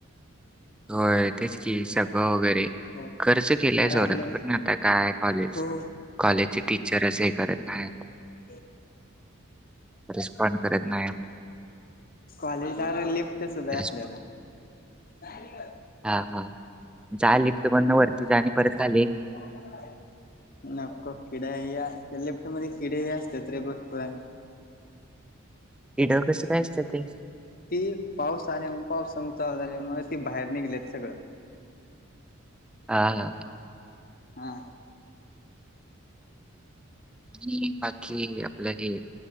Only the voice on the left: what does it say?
हो
अरे
आपले
खूप
<inaudible>
कॉलेजला आरे लिफ्ट सुध आहे आपल्याला
नाही का
पाऊस आला काय नको किड्या ह अस लिफ्ट मध्ये किडेही असतात रे भरपूर
ती पाऊस आल्या पाऊस सम चाल झाल्या म ती बाहेर निघलीत सगळं
हा